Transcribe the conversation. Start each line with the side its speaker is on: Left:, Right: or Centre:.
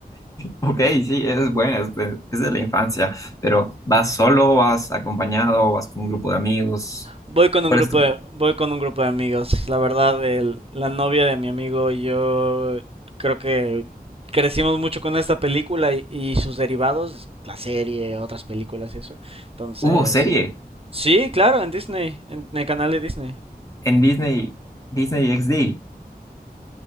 Left: Ok, sí, es buena, es de, es de la infancia, pero ¿vas solo, vas acompañado, vas con un grupo de amigos?
Right: Voy con
Left: ¿Cuál
Right: un grupo
Left: es tu...
Right: de, voy con un grupo de amigos. La verdad, el- la novia de mi amigo y yo creo que crecimos mucho con esta película y, y sus derivados, la serie, otras películas y eso. Entonces,
Left: Hubo serie
Right: sí, claro, en Disney, en el canal de Disney.
Left: en Disney, Disney XD.